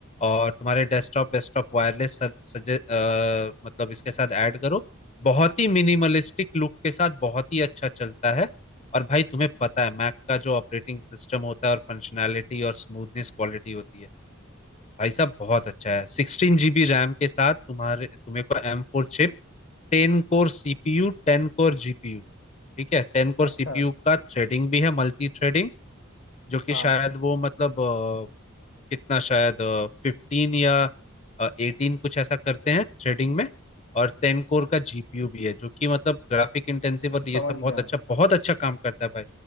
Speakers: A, on the left; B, on the left.
A: और तुम्हारे डेस्कटॉप वेस्कटॉप वायरलेस मतलब इसके साथ ऐड करो बहुत ही मिनिमलिस्टिक लुक के साथ बहुत ही अच्छा चलता है और भाई तुम्हें पता है मैक का जो ऑपरेटिंग सिस्टम होता है और फंक्शनैलिटी और स्मूथनेस क्वालिटी होती है भाई साहब बहुत अच्छा है सिक्सटीन जीबी रैम के साथ तुम्हारे तुम्हें को एम फोर chip टेन core CPU टेन core GPU ठीक है टेन कोर
B: अच्छा
A: सीपीयू का थ्रेडिंग भी है मल्टी थ्रेडिंग जो कि
B: हाँ
A: शायद वो मतलब अ, कितना शायद फिफ्टीन या एटीन कुछ ऐसा करते हैं थ्रेडिंग में और टेन कोर का जीपीयू भी है जो कि मतलब ग्राफिक इंटेंसिव और ये
B: समझ
A: सब
B: गया
A: बहुत अच्छा
B: मैं
A: बहुत अच्छा काम करता है भाई